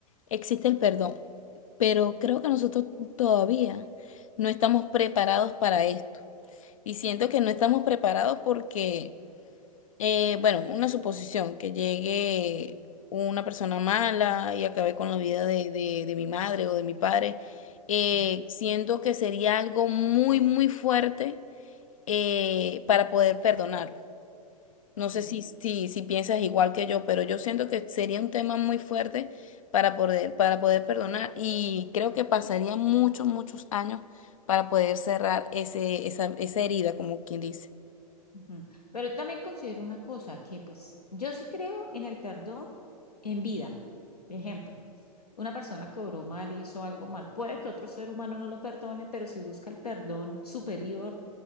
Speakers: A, on the left; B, on the left.
A: existe el perdón, pero creo que nosotros todavía no estamos preparados para esto. Y siento que no estamos preparados porque, eh, bueno, una suposición, que llegue una persona mala y acabe con la vida de, de- de mi madre o de mi padre, eh,
B: Ujú.
A: siento que sería algo muy, muy fuerte eh, para poder perdonarlo. No sé
B: Ok.
A: si, si, si piensas igual que yo, pero yo siento que sería un tema muy fuerte para poder, para poder perdonar y creo que pasaría muchos, muchos años para poder cerrar ese, esa, esa herida, como quien dice.
B: Ujú. Pero yo también considero una cosa, que pues yo sí creo en el perdón en vida. Por ejemplo, una persona que obró mal, hizo algo mal, puede que otro ser humano no lo perdone, pero si busca el perdón superior